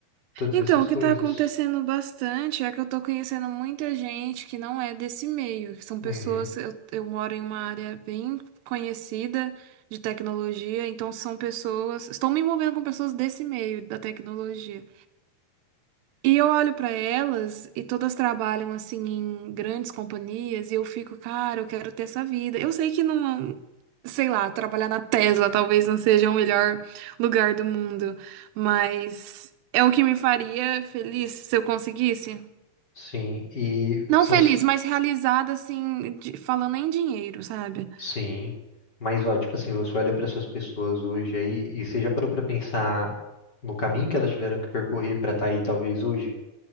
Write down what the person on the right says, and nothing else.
Então,
o
que está acontecendo bastante é que eu estou conhecendo muita gente que não é desse meio, que são
pessoas. Eu, eu moro em uma área bem conhecida de tecnologia, então são pessoas. Estou me envolvendo com pessoas desse meio da tecnologia. E eu olho pra elas e todas trabalham assim em grandes companhias e eu fico, cara, eu quero ter essa vida. Eu sei que não, sei lá, trabalhar na Tesla talvez não seja o melhor lugar do mundo, mas é o que me faria feliz se eu conseguisse.
Não
feliz,
mas realizada assim, de- falando em dinheiro, sabe?